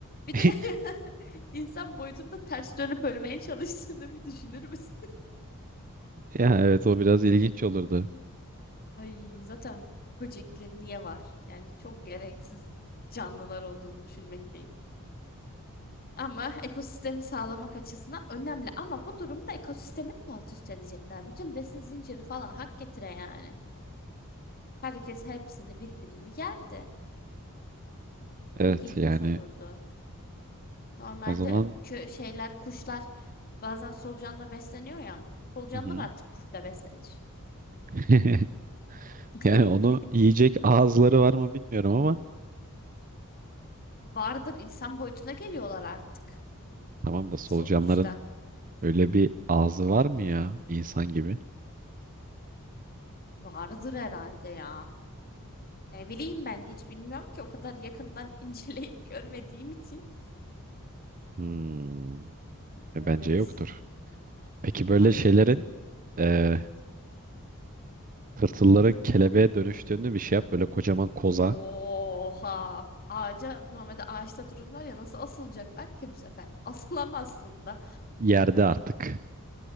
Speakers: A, on the left; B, on the right.
A: Bir
B: <laughs>
A: de <laughs> insan boyutunda ters dönüp ölmeye çalıştığını bir düşünür müsün?
B: Ya evet o biraz ilginç olurdu.
A: Ay zaten böcekler niye var? Yani çok gereksiz canlılar olduğunu düşünmekteyim. Ama ekosistemi sağlamak açısından önemli. Ama bu durumda ekosistemi de alt üst edecekler. Bütün besin zinciri falan hak getire yani. Herkes hepsini birbirini yer de.
B: Evet
A: Çok ilginç
B: yani
A: olurdu. Normalde
B: o zaman
A: kö şeyler, kuşlar bazen solucanla besleniyor ya. Solucanlar
B: Hı hı.
A: artık kuşla beslenir.
B: <laughs>
A: <laughs>
B: yani onu yiyecek ağızları var mı bilmiyorum ama
A: Vardır insan boyutuna geliyorlar artık
B: tamam da solucanların
A: sonuçta.
B: öyle bir ağzı var mı ya insan gibi?
A: Vardır herhalde ya. Ne bileyim ben hiç bilmiyorum ki o kadar yakından <laughs> inceleyip görmediğim için.
B: Hmm, e,
A: Evet.
B: bence yoktur. Peki böyle
A: Ay.
B: şeylerin eee tırtılların kelebeğe dönüştüğünü bir şey yap. Böyle kocaman koza
A: Oha. Ağaca normalde ağaçta dururlar ya nasıl asılacaklar ki bu sefer? <laughs> Asılamazsın da.
B: yerde artık.